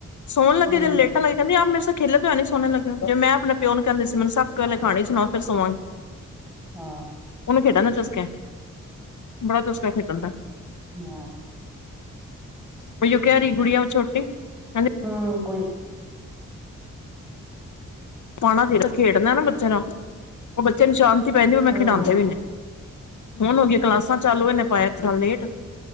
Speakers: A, on the left (about 75°); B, in the centre.
A: ਸੋਣ ਲੱਗੇ
B: ਹਮ
A: ਦੇ ਲੇਟ ਪਹਲੇ ਕਹਦੀ ਆ ਮੇਰੇ ਸੇ ਖੇਲੋ ਤੋਂ ਹੈਂ ਨ ਸੋ ਲਗੇ ਜ ਮੈਂ ਆਪਣੇਿਓ ਨੂੰ ਕਹਿੰ ਸੀ ਮਨੂੰ ਸੱਕ ਵੇ ਖਾਣੀ ਸੁਣਾ ਫਿਰ ਸਵਾਂਗੀ
B: ਹਾਂ
A: ਉਹਨੂੰ ਖੇਡਣ ਦਾ ਚਸਕਾ ਬੜਾ ਚਸਕਾ ਖੇਡਣ ਦਾ
B: ਹਾਂ
A: ਭਈਓ ਕ ਰੀ ਗੁੜੀਆਂ ਉਹ ਛੋਟੀ ਕਹਿੰਦੀ
B: ਹਮ ਕੁੜੀ
A: ਆਉਣਾ ਚਾਹੀਦਾ ਖੇਡਣਾ ਨਾ ਬੱਚੇ ਨਾਲ ਉਹ ਬੱਚੇ ਨੂੰ ਸ਼ਾਂਤੀ ਪੈਂਦੀ ਉਹ ਮੈਂ
B: ਹਮ
A: ਖਿਡਾਂਉਂਦੇ ਵੀ ਨਹੀਂ ਹੁਣ ਹੋ ਗਈਆਂ ਕਲਾਸਾਂ ਚਾਲੂ ਇਹਨੇ ਪਾਇਆ ਇੱਕ ਸਾਲ ਲੇਟ